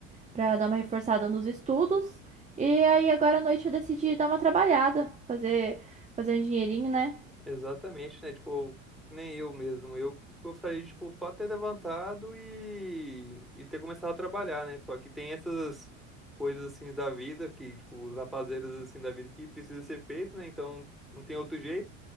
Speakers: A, on the right; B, in the centre.
A: pra dar uma reforçada nos estudos. E aí agora à noite eu decidi dar uma trabalhada, fazer fazer um dinheirinho, né?
B: Exatamente, né? Tipo, nem eu mesmo. Eu gostaria de, tipo, o fato de ter levantado e, e ter começado a trabalhar, né? Só que tem essas coisas assim da vida que, tipo, os afazeres assim da vida que precisa ser feito, né? Então não tem outro jeito.